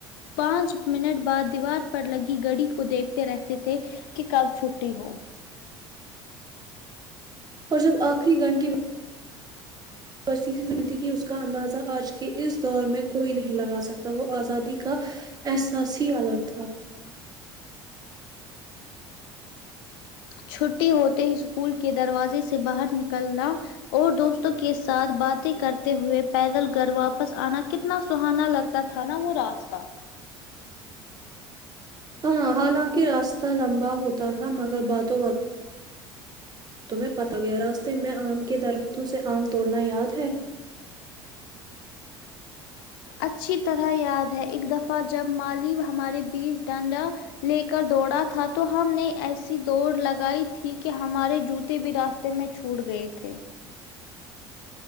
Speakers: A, on the left; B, on the right.
A: پانچ منٹ بعد دیوار پر لگ گڑی کو دیکھتے رہتے تھے کہ کب چھٹی ہو
B: اور جب آخری گھنٹی پرست سے ملتی تھی اس کا اندازہ آج کے اس دور میں کوئی نہیں لگا سکتا وہ آزادی کا احساس ہی الگ تھا
A: چھٹی ہوتے ہی اسکول کے دروازے سے باہر نکلنا اور دوستوں کے ساتھ باتیں کرتے ہوئے پیدل گھر واپس آنا کتنا سہانا لگتا تا تھا نا وہ راستہ
B: ہاں حالانکہ راستہ لمبا ہوتا تھا مگر باتوں باتوں تمہیں پتا گیا راستے میں آم کے درختوں سے آم توڑنا یاد ہے
A: اچھی طرح یاد ہے ایک دفعہ جب مالی ہمارے بیچ ڈانڈا لے کر دوڑا تھا تو ہم نے ایسی دوڑ لگائی تھی کہ ہمارے جوتے بھی راست تے میں چھوٹ گئے تھے